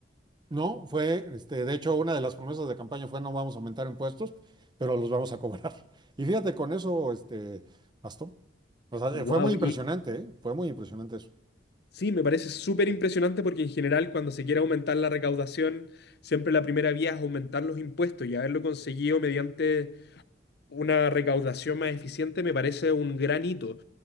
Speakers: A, on the right (about 25°); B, on the left (about 60°).
A: no, fue, este, de hecho, una de las promesas de campaña fue no vamos a aumentar impuestos, pero los vamos a cobrar. <laughs> Y fíjate, con eso, este, bastó. O sea,
B: Wow,
A: fue muy impresionante, ¿eh? Fue muy impresionante eso.
B: Sí, me parece súper impresionante porque en general cuando se quiere aumentar la recaudación, siempre la primera vía es aumentar los impuestos y haberlo conseguido mediante una recaudación más eficiente me parece un gran hito.